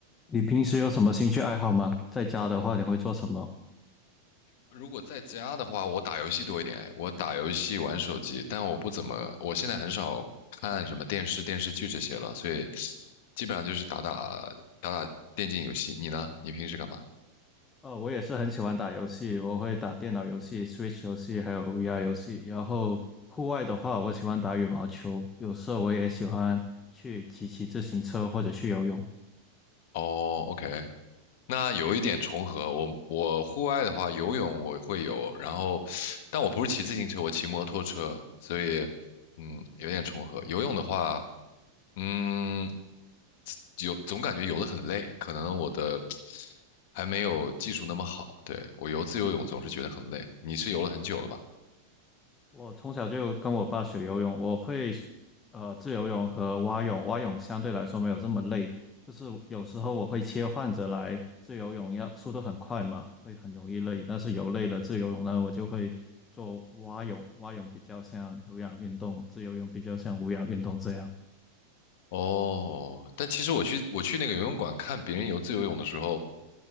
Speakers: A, on the left; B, on the left.
A: 你平时有什么兴趣爱好吗？在家的话，你会做什么？
B: 如果在家的话，我打游戏多一点，我打游戏玩手机，但我不怎么，我现在很少看什么电视、电视剧这些了，所以基本上就是打打打打电竞游戏。你呢？你平时干嘛？
A: 呃，我也是很喜欢打游戏，我会打电脑游戏、Switch 游戏，还有 VR 游戏。然后户外的话，我喜欢打羽毛球，有时候我也喜欢去骑骑自行车或者去游泳。
B: 哦，OK，那有一点重合。我我户外的话，游泳我会游，然后但我不是骑自行车，我骑摩托车，所以嗯，有点重合。游泳的话，嗯。有总感觉游得很累，可能我的还没有技术那么好。对，我游自由泳总是觉得很累。你是游了很久了吗？
A: 我从小就跟我爸学游泳，我会呃自由泳和蛙泳，蛙泳相对来说没有这么累，就是有时候我会切换着来，自由泳要速度很快嘛，会很容易累，但是游累了自由泳呢，我就会做蛙泳，蛙泳比较像有氧运动，自由泳比较像无氧运动这样，
B: 哦，但其实我去我去那个游泳馆看别人游自由泳的时候，